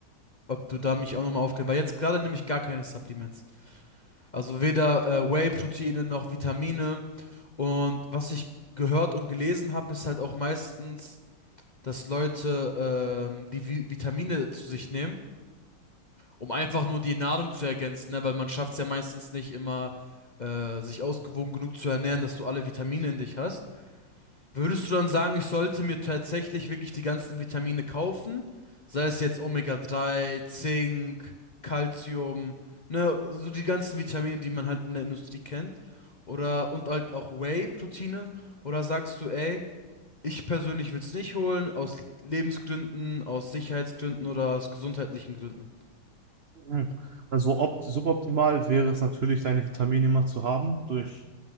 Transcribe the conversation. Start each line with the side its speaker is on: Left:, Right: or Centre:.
Left: ob du da mich auch nochmal aufklären, weil jetzt gerade nehme ich gar keine Supplements. Also weder äh, Whey-Proteine noch Vitamine. Und was ich gehört und gelesen habe, ist halt auch meistens, dass Leute ähm, die Vi Vitamine zu sich nehmen, um einfach nur die Nahrung zu ergänzen, ne? Weil man schafft es ja meistens nicht immer, äh, sich ausgewogen genug zu ernähren, dass du alle Vitamine in dich hast. Würdest du dann sagen, ich sollte mir tatsächlich wirklich die ganzen Vitamine kaufen? Sei es jetzt Omega-3, Zink, Calcium, ne, so die ganzen Vitamine, die man halt in der Industrie kennt. Oder, und halt auch Whey-Proteine. Oder sagst du, ey, ich persönlich würde es nicht holen, aus Lebensgründen, aus Sicherheitsgründen oder aus gesundheitlichen Gründen?
Right: Mhm. Also opt suboptimal wäre es natürlich, seine Vitamine immer zu haben durch